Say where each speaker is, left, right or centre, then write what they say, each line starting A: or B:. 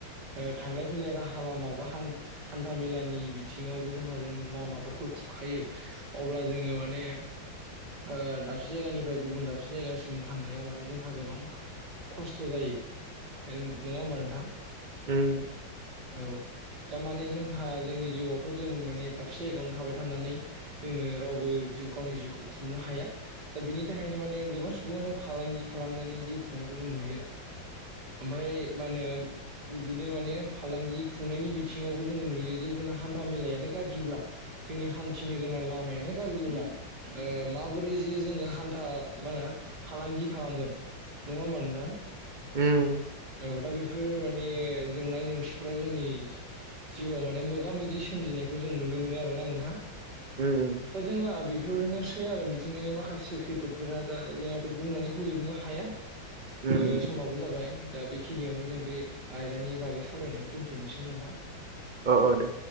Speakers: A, on the right (about 55°); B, on the right (about 80°).
A: ओ थांलाय फैलाय राहा लामा बा हान्था मेलानि बिथिङावबो जोंहा जोंनि लामाफोरखौ खुरखायो। अब्ला जोङो माने ओ दाबसे जायगानिफ्राय गुबुन दाबसे जायगासिम थांनायाव माने जोंहा गोबां खस्थ' जायो ओन-नोङा होमबा नोंथां?
B: ओम।
A: औ। दा माने जोंहा जोंनि जिउआवथ' जों माने दाबसे जायगायावनो थाबाय थानानै जोङो रावबो जों गावनि जिउखौ खुंनो हाया। दा बिनि थाखायनो माने गोबां सुबुङानो फालांगि खालामनानै जिउ खुंनायखौ जों नुयो। ओमफाय मा होनो बिदिनो माने फालांगि खुंनायनि बिथिङावबो जोङो नुयो जे जोंहा हान्था मेलायानो गाज्रिब्ला जोंनि हान्थिनो गोनां लामयानो गाज्रिब्ला ओ माबोरै जि जोङो हान्था मा होनो फालांगि खालाम गोन नङा होनबा नोंथां?
B: ओम।
A: औ दा बेफोर माने जेंना जेंसिफोरा जोंनि जिउआव माने मोगा मोगि सोमजिनायखौ जों नुनो मोनो आरो ना नोंथां।
B: उम
A: दा जोंहा बे बेफोरनोसै आरो मिथिंगानि माखासे खैफोदफोरा दा जोंहाथ' बुंनानै फोजोबनो हाया।
B: उम
A: ओ समाबो जाबाय दा बेखिनियावनो जों बे आयदानि बागै सावरायनायखौ दोन्थ'नोसै नोंथां।
B: औ औ दे।